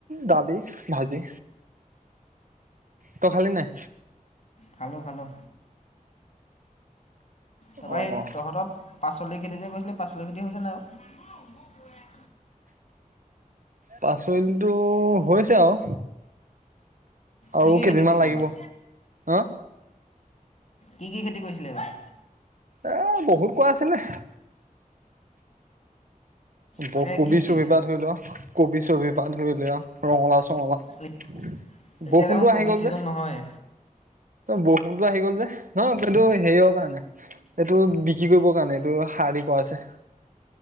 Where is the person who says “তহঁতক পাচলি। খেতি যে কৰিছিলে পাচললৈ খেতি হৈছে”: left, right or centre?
Left